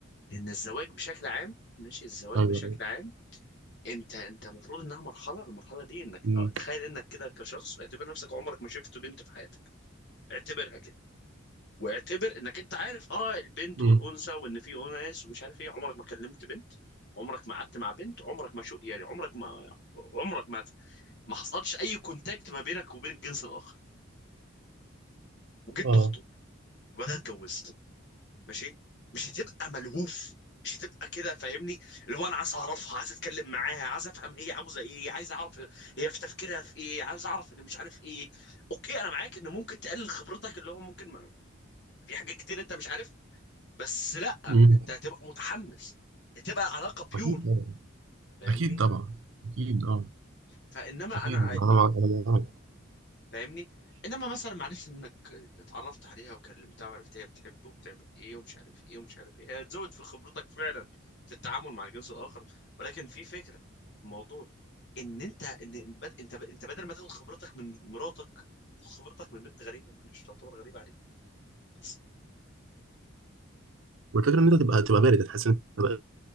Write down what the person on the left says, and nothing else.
لان الزواج بشكل عام ماشي الزواج
بشكل
عام انت انت المفروض انها مرحله المرحله دي انك
اه، تخيل انك كده كشخص اعتبر نفسك عمرك ما شفت بنت في حياتك اعتبرها كده واعتبر انك انت عارف اه البنت
والانثى وان في اناس ومش عارف ايه عمرك ما كلمت بنت عمرك ما قعدت مع بنت عمرك ما شو يعني عمرك ما عمرك ما ما حصلش اي كونتاكت ما بينك وبين الجنس الاخر وجيت
تخطب وبعدها اتجوزت ماشي مش هتبقى ملهوف مش هتبقى كده فاهمني اللي هو انا عايز اعرفها عايز اتكلم معاها عايز افهم هي عاوزه ايه عايز اعرف هي في تفكيرها في ايه عايز اعرف ان مش عارف ايه اوكي انا معاك ان ممكن تقلل خبرتك اللي هو ممكن ما... في حاجات كتير انت مش عارف بس لا
انت هتبقى متحمس هتبقى علاقه بيور
فاهمني
فانما
انا
فاهمني انما مثلا معلش انك اتعرفت عليها وكلمتها وعرفت هي بتحب وبتعمل ايه ومش عارف ايه ومش عارف ايه هي هتزود في خبرتك فعلا في التعامل مع الجنس الاخر ولكن في فكره الموضوع ان انت ان بد- انت انت بدل ما تاخد خبرتك من مراتك تاخد خبرتك من بنت غريبه معلش تعتبر غريبه عليك بس